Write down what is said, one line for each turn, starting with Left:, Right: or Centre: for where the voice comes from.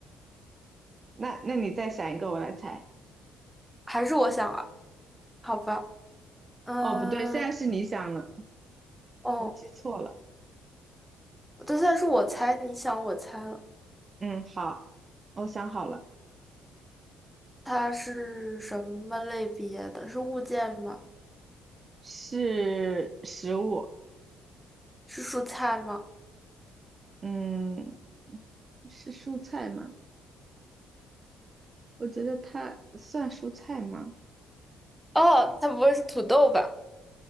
Right: 那那你再想一个，我来猜。
Centre: 还是我想啊，好吧，嗯，
Right: 哦，不对，现在是你想了，
Centre: 哦，
Right: 我记错了。
Centre: 对，算是我猜，你想我猜了，
Right: 嗯，好，我想好了，
Centre: 嗯，它是什么类别的？是物件吗？
Right: 是食物。
Centre: 是蔬菜吗？
Right: 嗯，是蔬菜吗？我觉得它算蔬菜吗？
Centre: 哦，它不会是土豆吧？